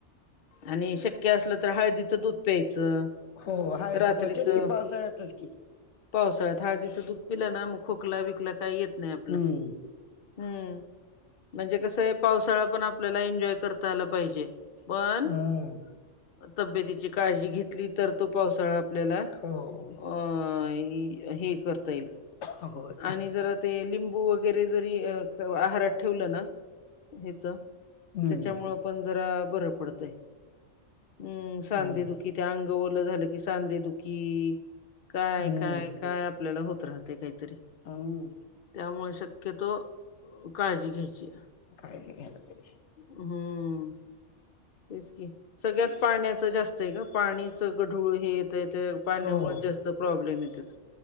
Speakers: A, on the left (about 55°); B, on the left (about 70°).
A: आणि शक्य असलं तर हळदीच दूध प्यायचं.
B: हो हाय
A: रात्रीचं
B: तेच की पावसाळ्यातच की,
A: पावसाळ्यात हळदीचं दूध पिलं ना, मग खोकला विकला काही येत नाही आपलं.
B: हम्म.
A: हम्म म्हणजे कसं आहे पावसाळा पण आपल्याला एन्जॉय करता आला पाहिजे. पण
B: हम्म
A: तब्येतीची काळजी घेतली तर तो पावसाळा आपल्याला.
B: हो
A: अ हे करता येईल
B: होय
A: आणि जरा. ते लिंबू वगैरे जरी आहारात ठेवलं ना ह्याच.
B: हम्म
A: त्याच्यामुळ पण बरं पडतंय हम्म सांधेदुखी.
B: हम्म.
A: कि ते अंग ओलं झालं की सांधेदुखी. काय
B: हम्म
A: काय काय आपल्याला होत राहते काहीतरी.
B: ह
A: त्यामुळे शक्यतो काळजी घ्यायची.
B: काळजी घ्यायला पाहिजे.
A: हम्म. तेच की सगळ्यात पाण्याचं जास्त आहे का पाणीच गढूळ हे येतय त्या पाण्यामुळे
B: हो
A: जास्त. प्रॉब्लेम येत्यात